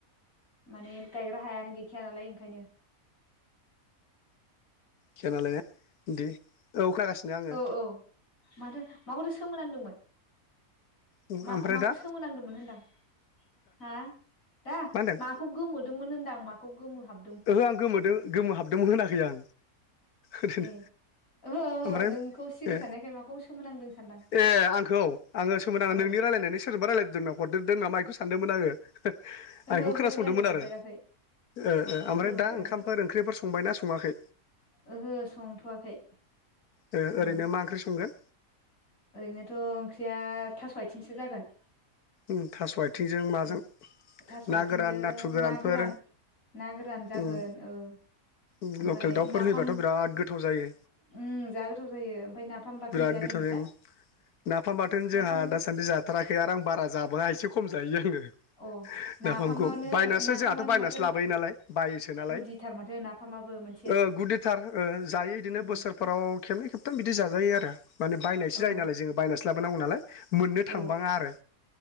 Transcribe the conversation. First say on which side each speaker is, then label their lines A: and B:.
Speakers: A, on the left (about 65°); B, on the left (about 85°).
A: माने गायग्रा हायानो गैखाया नालाय एंखायनो
B: खिया नालाय नो दि औ खागासिनो आंङो
A: औ औ माथो माखौथो सोमोनांदोंमोन
B: उम
A: मा
B: ओमफ्राय
A: माखौ
B: दा
A: सोमोनांदोंमोन होनदां हा दा
B: मा होनदों
A: माखौ गोमोदोंमोन होनदां माखौ गोमोहाब
B: ओहो आं गोमोदो गोमोहाबदोंमोन होनाखै आं ओरैनो
A: ए ओहो ओहो
B: ओमफ्रायब
A: नोंखौ सिरि
B: ए
A: थानायखाय माखौ सोमोनांदों सानदां
B: ए आंखौ आंङो सोमो <unintelligible>
A: औ
B: ए रायलायनायानो सोरजोंबा रायलायदों ना हरदेरदो नामा इख गो सानदोंमोन आंङो
A: ओहो
B: आं एखौ
A: ओहो
B: खोनासंदोंमोन
A: रायलाय हरदेराखै
B: आरो ओ ओ आमफ्राय
A: रायलाय हरदेराखै
B: दा ओंखामफोर ओंख्रिफोर संबाय ना संङाखै?
A: ओहो संथ'वाखै
B: ओ
A: उम
B: ओरैनो मा ओंख्रि संगोन?
A: ओरैनोथ' ओंख्रिया थास' आइथिंसो जागोन
B: उम थास' आइथिंजों माजों
A: ओ थास'
B: ना
A: आथिंजों
B: गोरान नाथुर गोरानफोर
A: ना गोरान ना गोरान
B: उम
A: जागोन ओ
B: उम
A: ओमफाय
B: लकेल दाउफोर
A: नाफाम
B: होयोबाथ' बिराद गोथाव जायो
A: उम जा गोथाव जायो ओमफाय नाफाम बाथोन
B: बिराद
A: जायाखै
B: गोथाव
A: नोंस्रा
B: जायो नाफाम बाथोन जोंहा
A: नाफाम
B: दासान्दि जाथाराखै आरो आं बारा जाबोआ एसे खम जायो आंङो
A: अ
B: <unintelligible>
A: नाफामानो
B: नाफामखौ बायनासो
A: नाफामानो
B: जोंहाथ' बायनासो
A: माथो
B: लाबोयो नालाय बायोसो नालाय
A: गुदिथार माथो नाफामाबो मोनसे
B: ओ गुदिथार हो ओ जायो इदिनो
A: उम
B: बोसोरफोराव खेबनै खेब थाम बिदि जाजायो आरो माने बायनायसो
A: औ
B: जायो नालाय जोंङो बायनासो लाबोनांगौ नालाय मोननो
A: औ
B: थांबांङा आरो